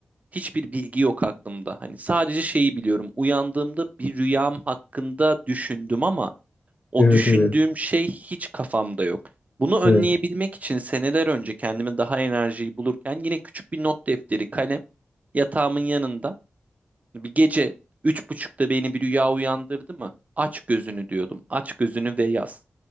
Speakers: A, on the right; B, on the left.
A: hiçbir bilgi yok aklımda. Hani sadece şeyi biliyorum uyandığımda bir rüyam hakkında düşündüm ama o
B: Evet
A: düşündüğüm
B: evet.
A: şey hiç kafamda yok. Bunu önleyebilmek
B: Evet.
A: için seneler önce kendime daha enerjiyi bulurken yine küçük bir not defteri, kalem yatağımın yanında. Bir gece üç buçukta beni bir rüya uyandırdı mı? Aç gözünü diyordum. Aç gözünü ve yaz